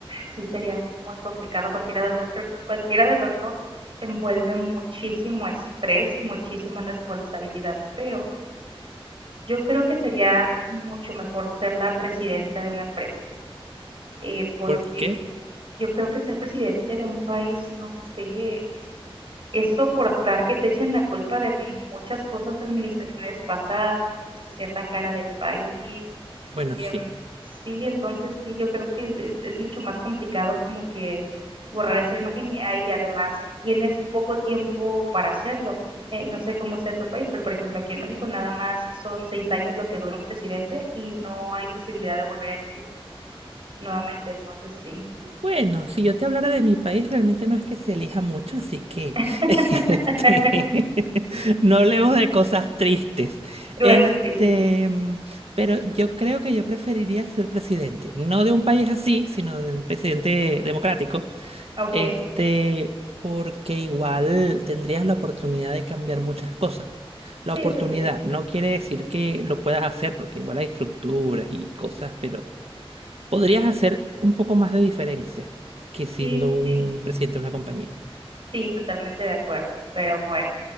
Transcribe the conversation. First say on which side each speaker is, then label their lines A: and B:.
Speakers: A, on the right (about 60°); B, on the right (about 80°).
A: sí sería muy complicado cualquiera de los dos. Creo que cualquiera de los dos envuelve muchísimo estrés y muchísima responsabilidad, pero yo creo que sería mucho mejor ser la presidenta de una empresa, eh, porque
B: ¿Por qué?
A: yo creo que ser presidente de un país, no sé, es, es soportar que te echen la culpa de muchas cosas de administraciones pasadas y ser la cara del país
B: Bueno,
A: Em,
B: sí.
A: sí, entonces sí, yo creo que es, es mucho más complicado como que borrar esa imagen y, ah, y además tienes poco tiempo para hacerlo. Eh, no sé cómo sea en tu país, pero por ejemplo aquí en México nada más son seis años lo que dura un presidente y no hay posibilidad de volver a elegir nuevamente, entonces sí.
B: Bueno, si yo te hablara de mi país, realmente no es que se elija mucho, así que
A: <laughs>
B: <laughs> este, <laughs> no hablemos de cosas tristes.
A: Bueno,
B: Este,
A: sí, sí, sí.
B: mm, pero yo creo que yo preferiría ser presidente, no de un país así, sino de un presidente democrático.
A: Ok.
B: Este, porque igual tendrías la oportunidad de cambiar muchas cosas. La
A: Sí,
B: oportunidad
A: eso sí.
B: no quiere decir que lo puedas hacer, porque igual hay estructuras y cosas, pero podrías hacer un poco más de diferencia que siendo
A: Sí, sí,
B: un
A: sí.
B: presidente de una compañía.
A: Sí, totalmente de acuerdo. Pero bueno.